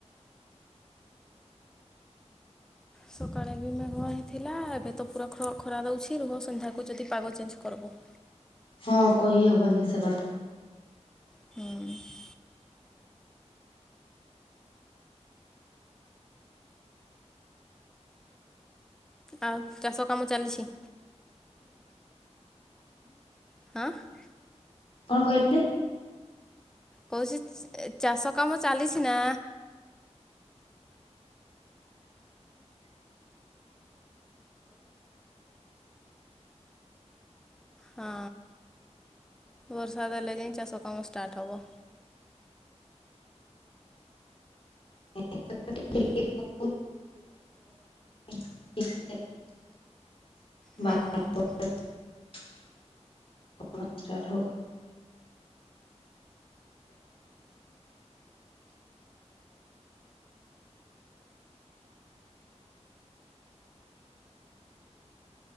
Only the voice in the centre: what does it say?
ସକାଳେ ବି ମେଘୁଆ ହେଇଥିଲା। ଏବେ ତ ପୁରା ଖ ଖରା ଦେଉଛି ରୁହ ସନ୍ଧ୍ୟାକୁ ଯଦି ପାଗ ଚେଞ୍ଜ କରିବ।
ହୁଁ। ଆଉ ଚାଷ କାମ ଚାଲିଛି? <unintelligible>
କହୁଚି ଚାଷ କାମ ଚାଲିଚି ନା? ହଁ। ବର୍ଷା ଦେଲେ ଯାଇଁ ଚାଷ କାମ ଷ୍ଟାର୍ଟ ହବ।
ହୁଁ
ହୁଁ।